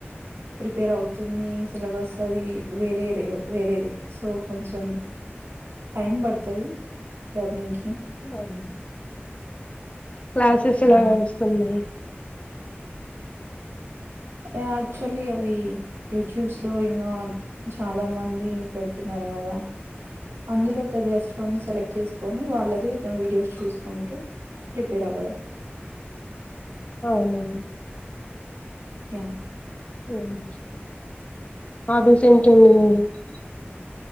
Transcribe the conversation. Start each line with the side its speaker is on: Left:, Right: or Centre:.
Right: ప్రిపేర్ అవుతుంది సిలబస్ అది వేరేరే వేరేది సో కొంచెం టైం పడుతది లర్నింగ్కి
Left: లర్నింగ్ క్లాసెస్ ఎలా
Right: యా
Left: నడుస్తున్నాయి.
Right: యాక్చువల్లీ అవి యూట్యూబ్స్ లో ఇన్ ఆల్ చాలా మంది పెడుతున్నారు కదా అందులో ద బస్ట్ వన్ నీ సెలెక్ట్ చేస్ కొని వాళ్ళది వీడియోస్ చూసుకుంటూ ప్రిపేర్ అవ్వడం.
Left: అవునా
Right: యా
Left: ఉమ్ హాబీస్ ఏంటి మీవి మరి